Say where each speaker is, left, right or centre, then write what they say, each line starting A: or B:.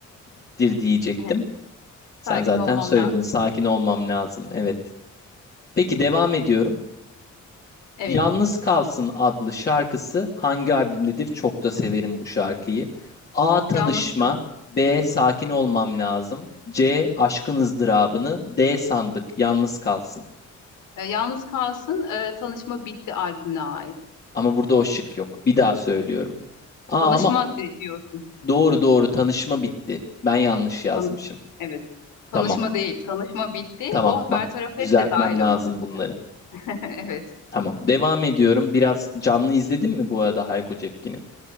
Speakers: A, on the left; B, on the left.
A: nedir diyecektim.
B: Yani sakin
A: Sen zaten
B: olmam
A: söyledin.
B: lazım.
A: Sakin olmam lazım. Evet. Peki devam ediyorum.
B: Evet.
A: Yalnız Kalsın adlı şarkısı hangi albümdedir? Çok da severim bu şarkıyı. A. Tanışma
B: Yalnız kalsın.
A: B. Sakin olmam lazım C. Aşkın ızdırabını D. Sandık Yalnız Kalsın.
B: Yalnız kalsın. e, Tanışma bitti albümüne ait.
A: Ama burada o şık yok. Bir daha söylüyorum. Aa
B: Tanışma
A: ama
B: di- diyorsun.
A: doğru doğru tanışma bitti. Ben yanlış yazmışım.
B: Tanış. Evet. Tanışma
A: Tamam.
B: değil. Tanışma bitti.
A: Tamam
B: O
A: bak
B: bertaraf
A: düzeltmem
B: et de dahil
A: lazım
B: ona mesela.
A: bunları.
B: <laughs> Evet.
A: Tamam. Devam ediyorum. Biraz canlı izledin mi bu arada Hayko Cepkin'i?